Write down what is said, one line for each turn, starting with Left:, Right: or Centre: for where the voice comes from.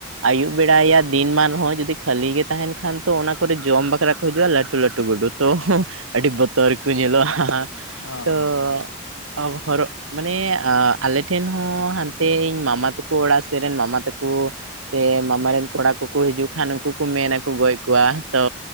Right: ᱟᱭᱩᱵ ᱵᱮᱲᱟᱭᱟ ᱫᱤᱱ ᱢᱟᱱ ᱨᱮᱦᱚᱸ ᱡᱩᱫᱤ ᱠᱷᱟᱹᱞᱤ ᱜᱮ ᱛᱟᱦᱮᱱ ᱠᱷᱟᱱ ᱛᱚ ᱚᱱᱟ ᱠᱚᱨᱮ ᱡᱚᱢ ᱵᱟᱠᱷᱨᱟᱼᱼ ᱨᱟ ᱠᱚ ᱦᱤᱡᱩᱜᱼᱟ ᱞᱟᱹᱴᱩ ᱞᱟᱹᱴᱩ ᱜᱟᱹᱰᱩ ᱛᱚ ᱟᱹᱰᱤ ᱵᱚᱛᱚᱨ ᱜᱮᱠᱚ ᱧᱮᱞᱚᱜᱼᱟ ᱾
Left: ᱚ ᱚ ᱚ
Right: ᱛᱚ
Left: ᱦᱮᱸ
Right: ᱟᱵᱚ ᱚᱨᱚᱜ ᱢᱟᱱᱮ ᱟᱞᱮ ᱴᱷᱮᱱ ᱦᱚᱸ ᱦᱟᱱᱛᱮ ᱤᱧ ᱢᱟᱢᱟ ᱛᱟᱠᱚ ᱚᱲᱟᱜ ᱥᱮᱫ ᱨᱮᱱ ᱢᱟᱢᱟ ᱛᱮᱠᱚ, ᱥᱮ ᱢᱟᱢᱟ ᱨᱮᱱ ᱠᱚᱲᱟ ᱠᱚᱠᱚ ᱦᱤᱡᱩᱜ ᱠᱷᱟᱱ ᱩᱱᱠᱩ ᱠᱚ ᱢᱮᱱᱟᱠᱚ ᱜᱚᱡ ᱠᱚᱣᱟ ᱛᱚᱼᱼ